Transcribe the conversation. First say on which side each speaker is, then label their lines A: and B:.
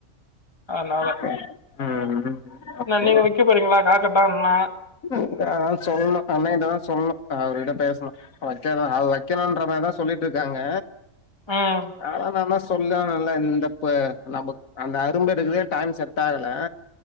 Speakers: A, on the left (about 20°); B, on the left (about 80°).
A: அதனால
B: ஓகே ம் ம் ஓகே
A: ஏ நீங்க வெக்க போறீங்களா காக்கட்டான்னா
B: இந்தா சொல்லணு அண்ணைங்கிட்டதா சொல்லணு அவர்கிட்ட பேசணு வக்கானு அது வைககணும்ன்ற மாரிதா சொல்லிட்டு இருக்காங்க
A: ம்
B: ஆன ந தா சொ சொல்லனால்ல இந்த ப நம்ம அந்த அரும்பு எடுக்குலயே டைம் செட் ஆகல